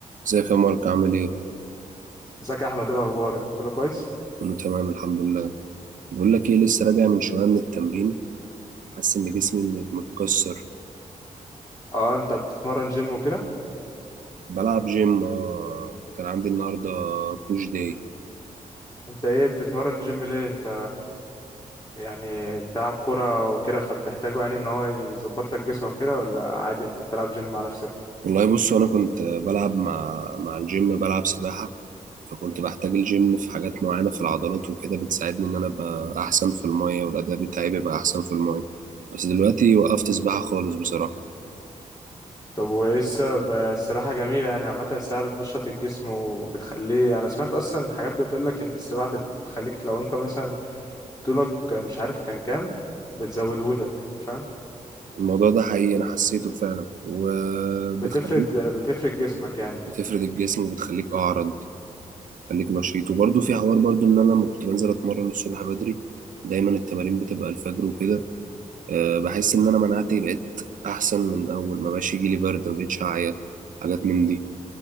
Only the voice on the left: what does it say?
ازيك يا احمد ايه الاخبار انت كله كويس
اه انت بتتمرن جيم وكده
انت ايه بتتمرن جيم ليه انت يعني بتلعب كرة وكده فبتحتاجه يعني ان هو يظبط لك جسمك كده ولا عادي انت بتلعب جيم مع نفسك
طب وايه السبب السباحة جميلة يعني عامة السباحة بتنشط الجسم وبتخليه انا سمعت اصلا حاجات بتقول لك ان السباحة بتخليك لو انت مثلا طولك مش عارف كان كام بتزودهولك فاهم
بتفرد بتفرد جسمك يعني